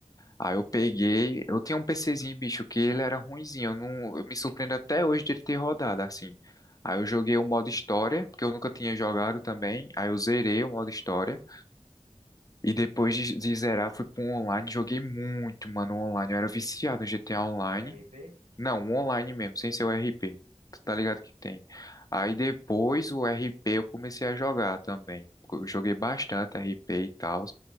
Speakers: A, on the left (about 30°); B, on the right (about 85°).
A: Aí eu peguei. Eu tinha um PCzinho, bicho, que ele era ruinzinho. Eu, não, eu me surpreendo até hoje dele ter rodado assim. Aí eu joguei o modo história, porque eu nunca tinha jogado também. Aí eu zerei o modo história. E depois de, de zerar, fui pro online. Joguei muito, mano, online. Eu era viciado no GTA Online.
B: O RP?
A: Não, um online mesmo, sem ser o RP. Tu
B: Sim.
A: tá ligado que tem. Aí depois o RP eu comecei a jogar também. Eu joguei bastante RP e tal.